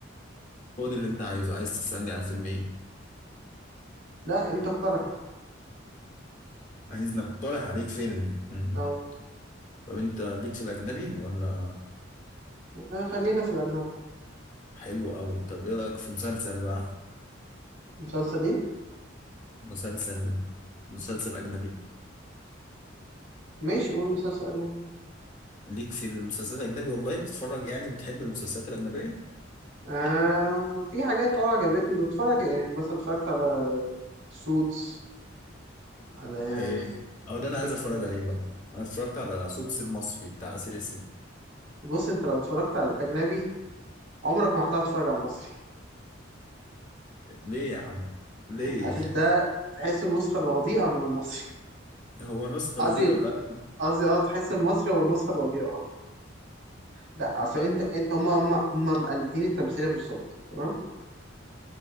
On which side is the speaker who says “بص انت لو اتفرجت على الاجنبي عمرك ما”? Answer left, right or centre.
Right